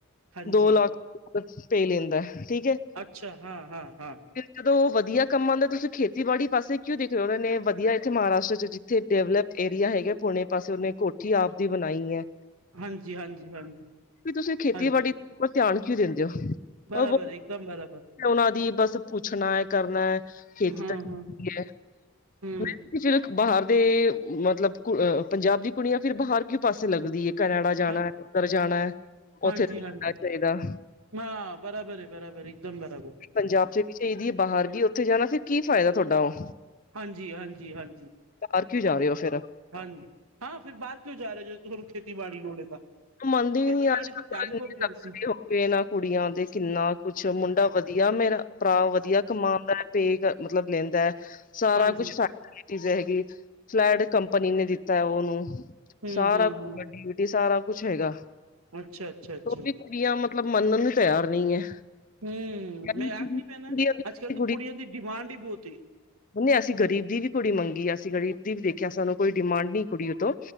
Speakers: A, on the right (about 75°); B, on the left (about 35°).
A: ਹਾਂਜੀ
B: ਦੋ ਲੱਖ ਪੇ ਲੈਂਦਾ ਠੀਕ ਹੈ
A: ਅੱਛਾ ਹਾਂ ਹਾਂ ਹਾਂ
B: ਜਦੋਂ ਉਹ ਵਧੀਆ ਕੰਮਉਂਦਾ ਤੁਸੀਂ ਖੇਤੀਬਾੜੀ ਪਾਸੇ ਕਿਉਂ ਦੇਖ ਰਹੇ ਹੋ ਉਹ ਨੇ ਵਧੀਆ ਇੱਥ ਮਹਾਰਾਸ਼ਟਰ ਚ ਉੱਥੇ ਡਿਵਲਪ ਏਰੀਆ ਹੈਗਾ ਪੁਣੇ ਪਾਸੇ ਉਹਨੇ ਕੋਠੀ ਆਪ ਦੀ ਬਣਾਈ ਹੈ
A: ਹਾਂਜੀ ਹਾਂਜੀ ਹਾਂਜੀ
B: ਤੁਸੀਂ ਖੇਤੀਬਾੜੀ
A: ਹਾਂਜੀ
B: ਉੱਪਰ ਧਿਆਨ ਕਿਉਂ ਦਿੰਦੇ ਹੋ?
A: ਬਰਾਬਰ ਇੱਕਦਮ ਬਰਾਬਰ
B: ਉਹਨਾਂ ਦੀ ਬਸ ਪੁੱਛਣਾ ਹੈ, ਕਰਨਾ ਹੈ, ਖੇਤੀ
A: ਹਾਂ
B: ਤਾਂ
A: ਹਾਂ
B: ਹੈ
A: ਹਮ
B: ਮੈਂ ਤੇ ਫਿਰ ਬਾਹਰ ਦੇ ਮਤਲਬ ਕੁ ਅਹ ਪੰਜਾਬ ਦੀ ਕੁੜੀਆਂ ਫੇਰ ਬਾਹਰ ਕਿ ਪਾਸੇ ਲੱਗਦੀ ਹੈ। ਕੈਨੇਡਾ ਜਾਣਾ
A: ਹਾਂ
B: ਉੱਧਰ ਜਾਣਾ ਹੈ ਉੱਥੇ
A: ਹਾਂਜੀ ਹਾਂਜੀ
B: ਚਾਹੀਦਾ
A: ਹਾਂ ਬਰਾਬਰ ਹੈ ਬਰਾਬਰ ਇੱਕ ਦਮ ਬਰਾਬਰ
B: ਪੰਜਾਬ ਚ ਚਾਹੀਦੀ ਹੈ ਬਾਹਰ ਉੱਥੇ ਜਾਣਾ ਫਿਰ ਕੀ ਫਾਇਦਾ ਤੁਹਾਡਾ ਉਹ
A: ਹਾਂਜੀ ਹਾਂਜੀ ਹਾਂਜੀ
B: ਕਰ ਕੇ ਜਾ ਰਹੇ ਹੋ ਫਿਰ
A: ਹਾਂਜੀ ਹਾਂ ਫਿਰ ਬਾਹਰ ਕਿਉਂ ਜਾ ਰਿਹਾ ਜੋਂ ਤੁਹਾਨੂੰ ਖੇਤੀਬਾੜੀ ਲੋੜ ਹੈ ਤਾਂ।
B: ਮੰਨਦੀ ਹੀ
A: ਖੇਤੀਬਾੜੀ
B: ਨੀ ਅੱਜ ਕੱਲ
A: ਤਾਂ ਧਿਆਨ
B: ਕੋੰ
A: ਕੌਣ ਕਰਸੀ
B: ਲੱਖ ਰੁਪਆ ਇਹਨਾਂ ਕੁੜੀਆਂ ਦੇ ਕਿੰਨਾ ਕੁਛ ਮੁੰਡਾ ਵਧੀਆ ਮੇਰਾ ਭਰਾ ਵਧੀਆ ਕਮਾਉਂਦਾ ਹੈ ਤੇ। ਮਤਲਬ ਲੈਂਦਾ ਹੈ ਸਾਰਾ
A: ਹਾਂਜੀ
B: ਕੁਛ ਸਾਡੇ ਚੀਜ਼ ਹੈਗੀ। ਫਲੈਟ ਕੰਪਨੀ ਨੇ ਦਿੱਤਾ ਉਹਨੂੰ।
A: ਹਮ
B: ਸਾਰਾ
A: ਹਮ
B: ਕੁਛ
A: ਹਮ
B: ਵਡੀ ਸਾਰਾ ਕੁਛ ਹੈਗਾ।
A: ਅੱਛਾ ਅੱਛਾ ਅੱਛਾ
B: ਉਹ
A: ਅੱਛਾ
B: ਵੀ ਕੁੜੀਆਂ
A: ਅੱਛਾ
B: ਮਤਲਬ ਮੰਨਣ ਨੂੰ ਤਿਆਰ ਨਹੀਂ ਹੈ।
A: ਹਮ
B: ਕੁੜੀਆਂ
A: ਮੈਂ ਆਖ ਨੀ ਪੈਣਾ।
B: ਵੀ
A: ਅੱਜ ਕਲ ਦੀ ਕੁੜੀਆਂ ਦੀ ਡਿਮਾਂਡ ਹੀ ਬਹੁਤ।
B: ਉਹਨੇ ਅਸੀਂ ਗਰੀਬ ਦੀ ਵੀ ਕੁੜੀ ਮੰਗੀ ਅਸੀਂ ਗ਼ਰੀਬ ਦੀ ਵੀ ਦੇਖਿਆ ਸਾਨੂੰ ਕੋਈ ਡਿਮਾਂਡ ਨ ਕੁੜੀ ਉ ਤੋਂ।